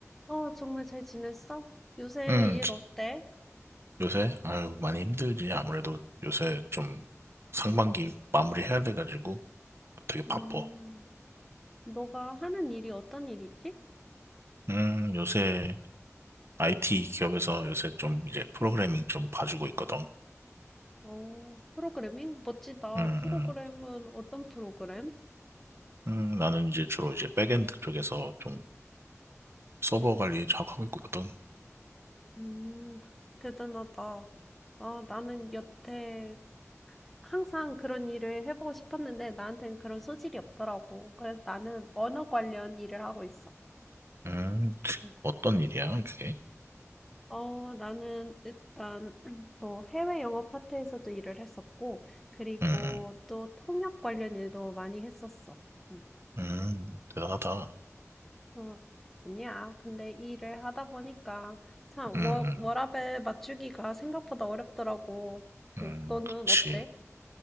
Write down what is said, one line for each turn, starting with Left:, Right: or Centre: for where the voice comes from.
Centre: 어, 정말 잘 지냈어? 요새
Right: 음,
Centre: 일 어때?
Right: 요새? 아유, 많이 힘들지. 아무래도 요새 좀 상반기 마무리해야 돼가지고 되게 바빠.
Centre: 음, 너가 하는 일이 어떤 일이지?
Right: 음, 요새 IT 기업에서 요새 좀 이제 프로그래밍 좀 봐주고 있거든.
Centre: 어, 프로그래밍? 멋지다.
Right: 음,
Centre: 프로그램은
Right: 음,
Centre: 어떤 프로그램?
Right: 음, 나는 이제 주로 이제 백엔드 쪽에서 좀 서버 관리 작업하고 있거든.
Centre: 음, 대단하다. 아, 나는 여태 항상 그런 일을 해보고 싶었는데 나한테는 그런 소질이 없더라고. 그래서 나는 언어 관련 일을 하고 있어.
Right: 음,
Centre: 음.
Right: 어떤 일이야, 그게?
Centre: 어, 나는 일단 <clears throat> 뭐 해외 영어 파트에서도 일을 했었고, 그리고
Right: 음,
Centre: 또 통역 관련 일도 많이 했었어. 음.
Right: 음, 음, 대단하다.
Centre: 어, 아니야. 근데 이 일을 하다 보니까 참
Right: 음,
Centre: 워,
Right: 음,
Centre: 워라밸 맞추기가 생각보다 어렵더라고.
Right: 음,
Centre: 응, 너는
Right: 그렇지.
Centre: 어때?